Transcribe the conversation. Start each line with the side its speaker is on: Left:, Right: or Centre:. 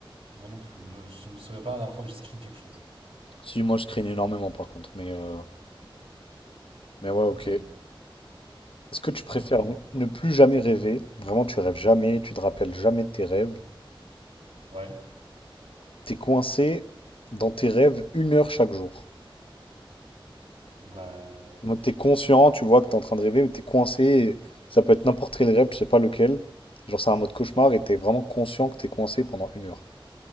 Right: Moi non plus. Je, je me souviens pas la dernière fois que j'ai screen quelque chose.
Left: Si, moi, je screen énormément, par contre. Mais, euh, mais ouais, ok.
Right: Ok.
Left: Est-ce que tu préfères
Right: À ton tour.
Left: ne ne plus jamais rêver? Vraiment, tu rêves jamais, tu te rappelles jamais de tes rêves.
Right: Ouais.
Left: t'es coincé dans tes rêves une heure chaque jour.
Right: Bah,
Left: Donc t'es conscient, tu vois que t'es en train de rêver, mais t'es coincé. et Ça peut être n'importe quel rêve, je sais pas lequel. Genre c'est un mode cauchemar et t'es vraiment conscient que t'es coincé pendant une heure.